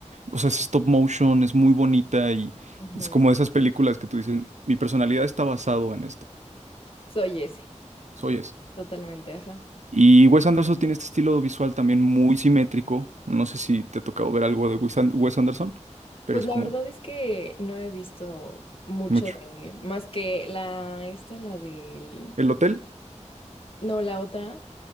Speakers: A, on the right (about 70°); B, on the left (about 45°).
A: o sea, es stop motion, es muy bonita y...
B: Ujú.
A: Es como de esas películas que tú dices, mi personalidad está basado en esto.
B: Soy ese,
A: Soy ese.
B: totalmente, ajá.
A: Y Wes Anderson tiene este estilo visual también muy simétrico. No sé si te ha tocado ver algo de Wes An- Wes Anderson, pero
B: Pues
A: es
B: la
A: como
B: verdad es que no he visto mucho
A: mucho.
B: de él, más que la, esta, la del,
A: ¿El hotel?
B: no, la otra,